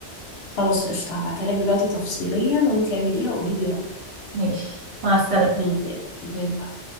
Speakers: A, on the left; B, on the right.
A: خلاص قشطة هبعتها لك دلوقتي تفصيليا وانتي اعمليها وقولي لي رأيك
B: ماشي مع السلامة
A: ماشي يا قلبي باي باي